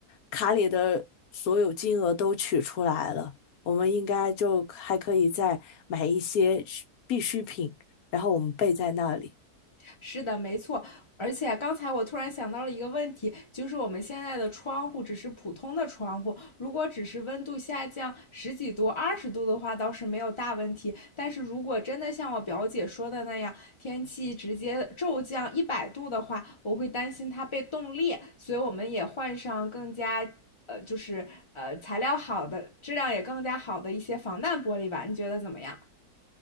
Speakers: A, on the left; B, on the left.
A: 卡里的所有金额都取出来了。我们应该就还可以再买一些需必需品，然后我们备在那里。
B: 是的，没错。而且刚才我突然想到了一个问题，就是我们现在的窗户只是普通的窗户，如果只是温度下降十几度、二十度的话，倒是没有大问题。但是如果真的像我表姐说的那样，天气直接骤降一百度的话，我会担心它被冻裂，所以我们也换上更加呃，就是呃材料好的、质量也更加好的一些防弹玻璃吧。你觉得怎么样？